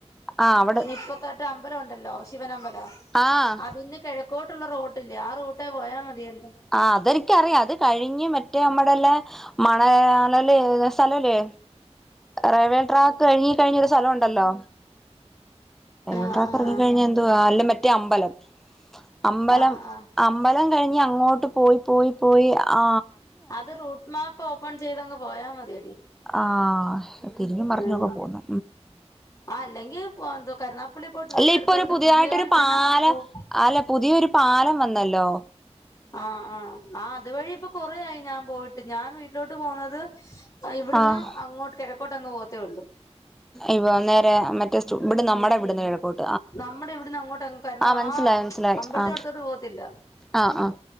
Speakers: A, in the centre; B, on the left (about 30°).
A: ആഹ് അവിടെ
B: ഇപ്പത്തട്ട് അമ്പലം ഉണ്ടല്ലോ ശിവനമ്പലം
A: ആഹ്
B: അതിന്ന് കിഴക്കോട്ടുള്ള റൂട്ടില്ലേ ആ റൂട്ട് പോയാൽ മതിയല്ലേ
A: ആ അതെ എനിക്കറിയാം അത് കഴിഞ്ഞ് മറ്റേ അമ്മടെല്ല മണയാലലി സ്ഥലൊല്ലേ റെയിൽവേ ട്രാക്ക് കഴിഞ്ഞ് കഴിഞ്ഞൊരു സ്ഥലൊണ്ടല്ലോ റെയിൽവേ
B: ആഹ്
A: ട്രാക്ക്
B: ആഹ്
A: കഴിഞ്ഞ എന്തുവാ അല്ല മറ്റേ അമ്പലം അമ്പലം
B: ആഹ് ആഹ്
A: അമ്പലം കഴിഞ്ഞ് അങ്ങോട്ട് പോയി പോയി പോയി ആ
B: അത് റൂട്ട് മാപ്പ് ഓപ്പൺ ചെയ്തങ് പോയാ മതി
A: ആ തിരിഞും മർഞ്ഞൊക്കെ
B: ഉം
A: പോന്നു
B: ആ അല്ലെങ്കിൽ കരുനാപ്പള്ളി പോയി ഡ്രസ്സ്
A: അല്ല
B: എടുത്തോണ്ട്
A: ഇപ്പൊരു പുതിയായിട്ടൊരു
B: പുതിയ കാലത്ത്
A: പാലം
B: തന്നെ കൂടെ പോകും
A: അല്ല പുതിയൊരു പാലം വന്നല്ലോ
B: ആ ആ ആ അതുവഴി ഇപ്പോ കൊറേയായി ഞാൻ പോയിട്ട് ഞാൻ വീട്ടിലോട്ട് പോകുന്നത് ഇവിടുന്ന്
A: ആഹ്
B: അങ്ങോട്ട് കെഴക്കോട്ടങ്ങ് പോവത്തേ ഒള്ളു
A: ഇവ നേരെ മറ്റേ ഇവിടെ നമ്മടെ ഇവിടുന്ന് കെഴക്കോട്ട്
B: നമ്മുടെ ഇവിടന്ന് അങ്ങോട്ടങ് കാരണം
A: മനസ്സിലായി
B: ആ
A: മനസ്സിലായി
B: അമ്പലത്തിൻ്റെ
A: ആ
B: അടുത്തോട്ട് പോവത്തില്ല
A: ആ ആ